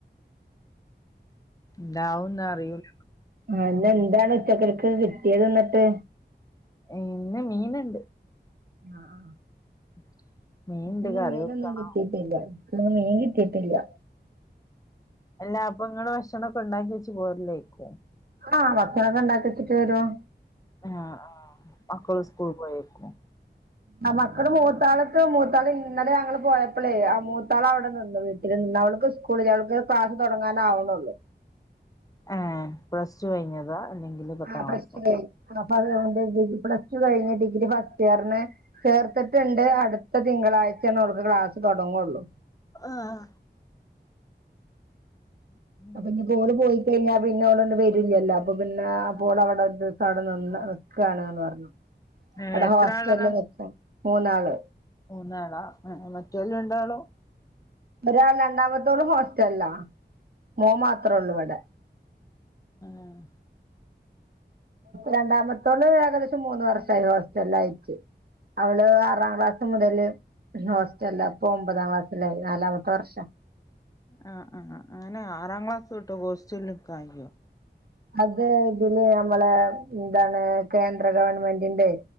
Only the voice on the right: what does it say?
ആ ഇന്നെന്താണ് ഉച്ചക്കൾക്ക് കിട്ടിയത് ന്നട്ട്.
ആഹ്.
ഇന്ന്
മീനൊന്നും
കിട്ടീട്ടില്യ ഇന്ന് മീൻ കിട്ടിട്ടില്യ.
ആഹ് ഭക്ഷണൊക്കെ ഇണ്ടാക്കിവെച്ചിട്ട് വരും.
ആ മക്കള് മൂത്താളക്ക് മൂത്താള് ഇന്നലെ ഞങ്ങള് പോയപ്പളെ ആ മൂത്താളവിടെ നിന്ന് വീട്ട നിന്ന് അവൾക്ക് ഉസ്കൂളില്യ അവൾക്ക് ക്ലാസ് തൊടങ്ങാനാവണൊള്ളൂ.
ആഹ് പ്ലസ്
ടു കയിഞ് അപ്പൊ ഡിഗ പ്ലസ് ടു കയിഞ് ഡിഗ്രി ഫസ്റ്റ്യറിന്. ചേർത്തിട്ടിണ്ട് അടുത്ത തിങ്കളാഴ്ചണോൾക്ക് ക്ലാസ് തൊടങ്ങൊള്ളൂ.
അപ്പൊ ഇനിപ്പ ഓള് പോയിക്കഴിഞ്ഞാ പിന്നെ അവിടൊണ്ട് വരൂല്ലല്ലോ അപ്പൊ പിന്നെ അപ്പോൾ അവിടെ ഒരു ദിവസ അവടെ നിന്ന് നിക്കാണന്ന് പറഞ്ഞു
അവ്ടെ
ഹോസ്റ്റലിൽ
നിക്കണ് മൂന്നാള്
ഒരാൾ രണ്ടാമത്തോളും ഹോസ്റ്റലിലാ. മോൻ മാത്രേള്ളൂ ഇവടെ
രണ്ടാമത്തോള് ഏകദേശം മൂന്ന് വർഷായി ഹോസ്റ്റലിലായിറ്റ് അവള് ആറാം ക്ലാസ് മുതല് ഹോസ്റ്റലിലാ ഇപ്പം ഒമ്പതാം ക്ലാസ്സിലായി നാലാമത്തെ വർഷ
അത് ഇതില് നമ്മളെ ന്താണ് കേന്ദ്ര ഗവൺമെന്റിന്റെ